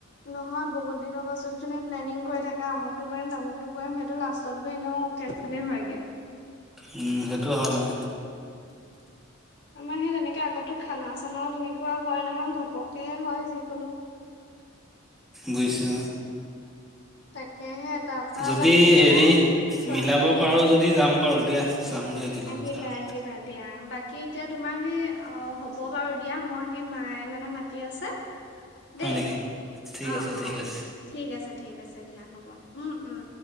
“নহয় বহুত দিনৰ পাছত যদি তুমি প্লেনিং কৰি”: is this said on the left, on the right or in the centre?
Left